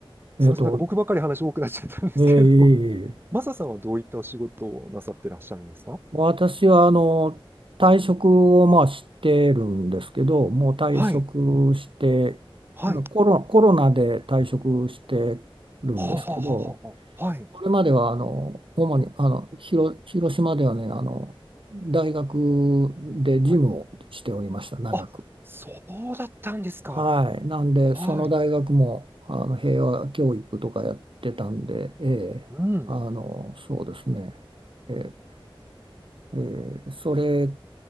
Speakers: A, on the right (about 65°); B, on the right (about 25°).
A: えっと、
B: すみません、なんか僕ばっかり話多くなっちゃったんですけれども、
A: ええいえいえ
B: <laughs> マサさんはどういったお仕事をなさってらっしゃるんですか
A: 私はあの退職をまあしてるんですけど、もう退職して、
B: はい、はい、は
A: コロ、コロナで退職してるんですけど、
B: あ、はあ、はあ、はあ、はい、
A: それまではあの主にあの広、広島ではね、あの大学で事務をしておりました、
B: はい。
A: 長く。
B: あ、そうだったんですか。
A: はい、なんで、
B: はい、
A: その大学もあの平和教育とかやってたんで、ええ、
B: うん、
A: あのそうですね。えええーそれ